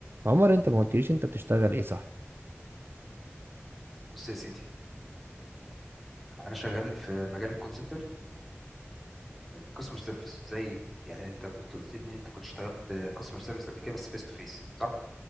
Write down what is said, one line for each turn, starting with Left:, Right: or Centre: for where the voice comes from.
Right: عمر انت ما قلتليش انت بتشتغل ايه صح
Centre: بص يا سيدي انا شغال في مجال الكول سنتر كاستمر سيرفيس زي يعني انت كنت قلت لي ان انت كنت اشتغلت كاستمر سيرفيس قبل كده بس فيس تو فيس صح